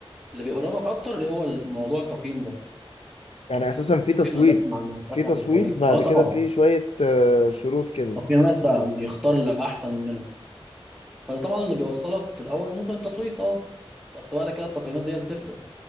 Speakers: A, in the centre; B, on the left.
A: اللي بيقربك اكتر اللي هو الموضوع التقييم ده
B: يعني اساسا في
A: تقييم
B: تصويت
A: ادائك مع المنتخب
B: في تصويت
A: والفريق
B: بعد
A: اه طبعا
B: كده في شويه آه، شروط كده
A: تقييمات بقى بيختار الاحسن منهم فده طبعا اللي بيوصلك في الاول ممكن التصويت اه بس بعد كده التقييمات دي اللي بتفرق